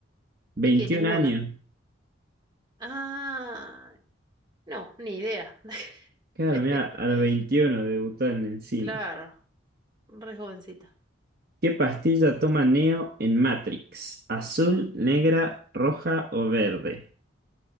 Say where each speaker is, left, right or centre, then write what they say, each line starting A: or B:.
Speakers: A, on the right; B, on the right.
A: veintiún
B: Y que ninguno.
A: años.
B: Ah, No, ni idea.
A: Claro,
B: <laughs>
A: mirá, a los 21 debutó en el cine.
B: Claro, re jovencita.
A: ¿Qué pastilla toma Neo en Matrix? ¿Azul, negra, roja o verde?